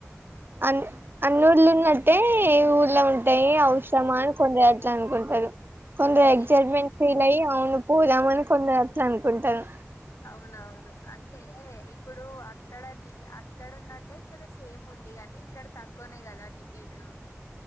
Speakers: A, on the right (about 45°); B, on the left (about 75°).
A: అన్ అన్నూళ్లున్నట్టే ఈ ఊర్ ఎలా ఉంటాయి అవసరమా <unintelligible> కొందరు
B: లే
A: ఎక్సైట్ మెంట్ ఫీలయ్యి అవును పోదమని కొందరు అట్ల అనుకుంటను
B: అవునవును అంటే ఇప్పుడు అక్కడ అక్కడ ఉన్నట్టే ఇక్కడ సేమ్ ఉంది కానీ ఇక్కడ తక్కువనే కదా టికెట్